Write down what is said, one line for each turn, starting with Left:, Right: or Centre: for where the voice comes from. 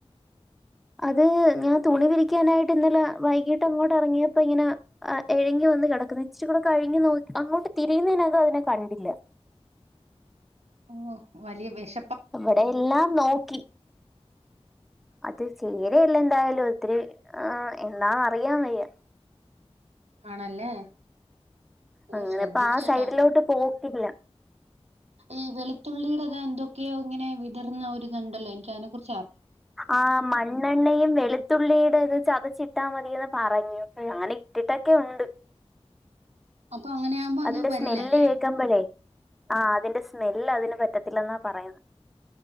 Centre: അത് ഞാൻ തുണി വിരിക്കാനായിട്ട് ഇന്നലെ വൈകിട്ട് അങ്ങോട്ട് ഇറങ്ങിയപ്പോ ഇങ്ങനെ എഴഞ്ഞ് വന്ന് കിടക്കുന്നു ഇച്ചിരൂടെ കഴിഞ്ഞ് അങ്ങോട്ട് തിരിയുന്നനകം അതിനെ കണ്ടില്ല
Right: ഓ വലിയ ബശ
Centre: അവിടെ എല്ലാം നോക്കി അത് ചേരയല്ല ന്തായാലും ത്തിരി എന്താ അറിയാൻ വയ്യ
Right: ആണല്ലേ ഓ
Centre: അങ്ങനെ
Right: ശ്രദ്ധിക്ക
Centre: പ്പ ആ
Right: കേട്ടോ
Centre: സൈഡിലോട്ട് പോ ക്കില്ല
Right: ഈ വെളുത്തുള്ളിയുടെ ഇത എന്തൊക്കെയോ ഇങ്ങനെ വിതർന്ന ഒരുതുണ്ടല്ലോ എനിക്ക് അതിനെ കുറി
Centre: ആ മണ്ണെണ്ണയും വെളുത്തുള്ളിയുടെ ഇത് ചതച്ചിട്ടാ മതിന്ന് പറഞ്ഞു അങ്ങനെ ഇട്ടിട്ടൊക്കെ ഉണ്ട്
Right: അപ്പൊ അങ്ങനെ ആകുമ്പോ അത്
Centre: അതിന്റെ
Right: വരില്ല
Centre: സ്മെല്
Right: അല്ലേ
Centre: ഏക്കുമ്പഴേ ആ അതിന്റെ സ്മെല് അതിന് പറ്റത്തില്ലെന്നാ പറയുന്ന